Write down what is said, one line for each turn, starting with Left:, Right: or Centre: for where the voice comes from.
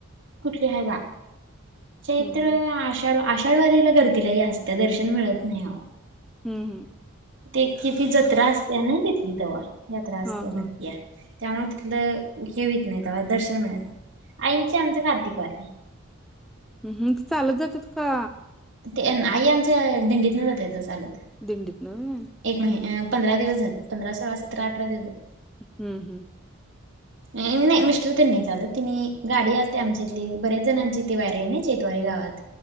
Right: कुठली हाय बा चैत्र
Centre: हम्म हम्म
Right: आषाढ आषाढ वारीला गर्दी लय आसत्या दर्शन मिळत नाही
Centre: हम्म हम्म
Right: ते कि ती जत्रा असते नाही थितली तवा यात्रा असत्या
Centre: हा
Right: भरत्या.
Centre: हा
Right: त्यामुळे तिथलं हे वीत नाही तेव्हा दर्शन मिळत नाही, आईंची आमच्या कार्तिक वारी.
Centre: हम्म चालत जात्यात का?
Right: ते आई आमच्या दिंडीत न जात्यात चालत.
Centre: दिंडीत न होय.
Right: एक महि पंधरा दिवस जात्यात पंधरा सोळा सतरा अठरा दिवस
Centre: हम्म हम्म.
Right: नाही मिस्टर तेन नाही चालंत तिने गाडी असते, आमच्या इथली बऱ्याच जणांची ती वारी आहे ना चैतवारी गावात.